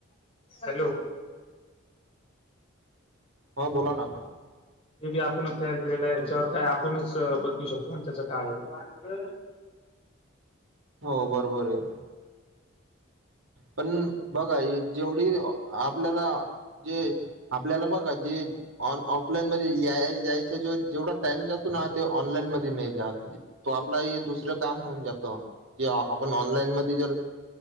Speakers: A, on the left; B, on the right.
A: हॅलो
B: हो बोला ना
A: हे बी आपणच तयार केलेलं आहे याच्यावर काय आपणच बदलू शकतो आणि त्याच काय आहे ते
B: हो बरोबर आहे पण बघा जेवढी आपल्याला जे आपल्याला बघा जे ऑफलाईन मध्ये यायच ज जेवढा टाइम जातो हा ऑनलाईन मध्ये नाही जात तो आपलाही दुसरे काम होऊन जातो म जर